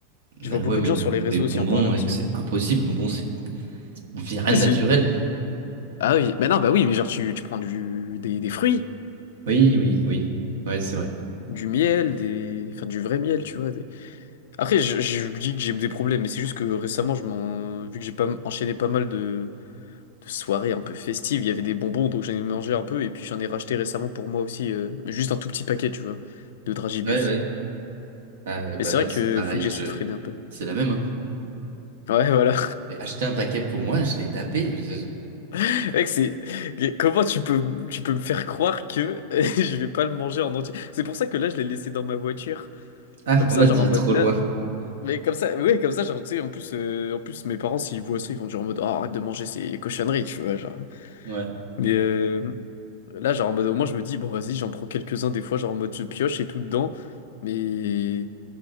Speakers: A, on the left (about 75°); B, on the right (about 85°).
A: Je vois
B: Ah
A: beaucoup
B: ouais, mais
A: de gens
B: le-
A: sur les réseaux
B: les bonbons,
A: aussi en parler en
B: mec,
A: ce
B: c'est
A: moment.
B: impossible. Bonbons, c'est c'est rien
A: Mais
B: de
A: c'est-
B: naturel.
A: Ah oui, mais non, bah oui, mais genre, tu, tu prends du, des, des fruits,
B: Oui, oui, oui. Ouais, c'est vrai.
A: du miel, des, enfin, du vrai miel, tu vois. des- Après, je, je me dis que j'ai des problèmes, mais c'est juste que récemment, je m'en, vu que j'ai pas enchaîné pas mal de de soirée un peu festive. Il y avait des bonbons, donc j'en ai mangé un peu. Et puis j'en ai racheté récemment pour moi aussi, euh, juste un tout petit paquet, tu vois, de Dragibus.
B: Ouais, ouais. Ah, ouais,
A: Mais
B: bah
A: c'est
B: là,
A: vrai que
B: c'est pareil.
A: faut que j'essaie
B: Je...
A: de freiner un peu.
B: C'est la même, hein.
A: Ouais, voilà.
B: J'ai acheté un paquet pour moi, je l'ai tapé. je-
A: <laughs> Mec, c'est comment tu peux tu peux me faire croire que <laughs> je vais pas le manger en entier. C'est pour ça que là je l'ai laissé dans ma voiture.
B: Ah,
A: Comme
B: on
A: ça,
B: m'a
A: genre
B: dit
A: en mode
B: trop
A: là,
B: loin.
A: mais comme ça, ouais, comme ça, genre tu sais, en plus, euh, en plus mes parents s'ils voient ça, ils vont dire en mode oh, arrête de manger ces cochonneries, tu vois, genre.
B: Ouais.
A: Mais euh, là, genre en mode, au moins, je me dis, bon, vas-y, j'en prends quelques-uns des fois, genre en mode, je pioche et tout dedans, mais